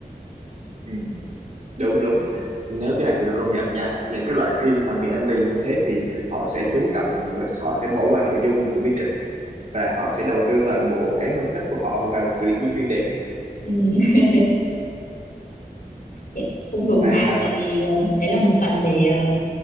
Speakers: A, on the right; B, on the left.
A: Ừ. đúng đúng nếu cái này thì tôi công nhận nha những cái loại phim mà mì ăn liền như thế thì họ sẽ chú trọng và họ sẽ bỏ qua nội dung của biên kịch và họ sẽ đầu tư toàn bộ cái ngân sách của họ vào tuyển diễn viên đẹp
B: ừ, <laughs> thế cũng đúng
A: hay
B: mà
A: ha
B: tại vì ờ, đấy là một phần để ờ,